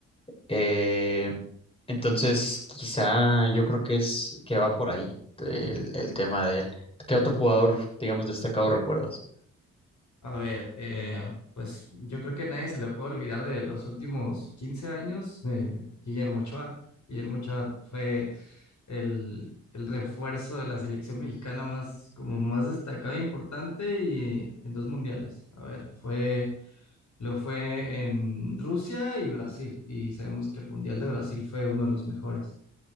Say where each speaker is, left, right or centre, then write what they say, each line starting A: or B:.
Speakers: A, on the left; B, on the left.
A: Eh, entonces, quizá yo creo que es que va por ahí el, el tema de él. ¿Qué otro jugador, digamos, destacado recuerdas?
B: A ver, eh, pues yo creo que a nadie se le puede olvidar de los últimos 15 años, eh, Guillermo Ochoa. Guillermo Ochoa fue el, el refuerzo de la selección mexicana más, como más destacado e importante y en dos mundiales. A ver, fue, lo fue en Rusia y Brasil, y sabemos que el Mundial de Brasil fue uno de los mejores.